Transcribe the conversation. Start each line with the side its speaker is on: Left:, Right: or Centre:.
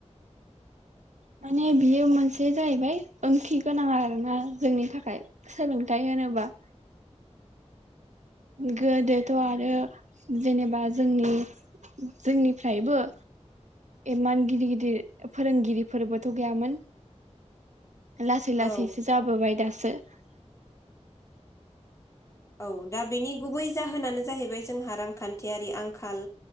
Right: माने बियो मोनसे जाहैबाय ओंथि गोनां आरोना जोंनि थाखाय सोलोंथायाइ होनोबा गोदोथ' आरो जेनेबा जोंनि जोंनिफ्रायबो इमान गिदिर गिदिर फोरोंगिरिफोरबोथ' गैयामोन लासै लासैसो
Left: औ
Right: जाबोबाय दासो सो
Left: औ दा बेनि गुबै जाहोनानो जाहैबाय जोंहा रांखान्थियारि आंखाल